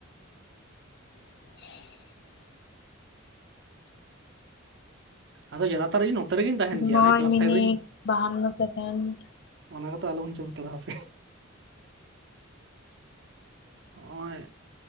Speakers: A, on the left; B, on the right.
A: <inaudible>
B: ᱟᱫᱚ ᱡᱟᱫᱟᱛᱟᱨ ᱱᱚᱛᱮ ᱨᱮᱜᱤᱧ ᱛᱟᱦᱱ ᱜᱮᱭᱟ
A: ᱱᱚᱭ
B: ᱱᱚᱜᱼᱚᱭ ᱠᱞᱟᱥ
A: ᱢᱤᱱᱤᱴ
B: ᱯᱷᱟᱭᱤᱵ ᱨᱤᱧ
A: ᱵᱟᱦᱟᱱᱱᱚ ᱥᱮᱠᱮᱱᱰ
B: ᱚᱱᱟ ᱠᱚᱛᱮ ᱟᱞᱚᱢ ᱦᱧᱪᱟᱹ ᱦᱟᱛᱟᱲᱟᱣ ᱟᱯᱮ ᱦᱚᱸᱜᱼᱚᱭ